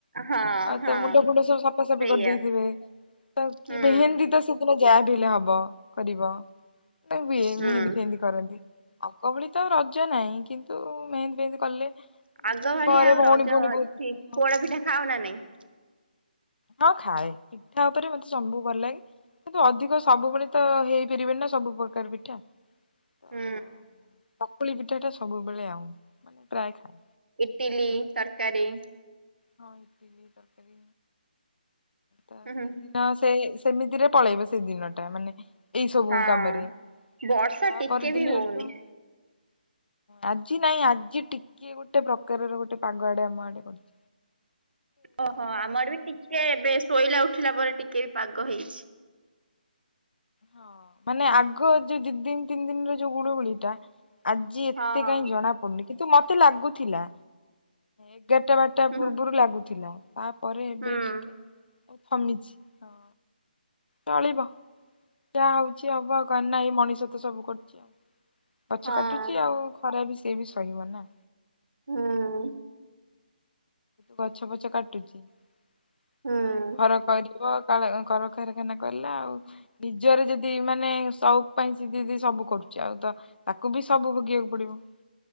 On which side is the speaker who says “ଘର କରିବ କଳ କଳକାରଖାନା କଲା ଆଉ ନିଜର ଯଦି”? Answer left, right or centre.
Left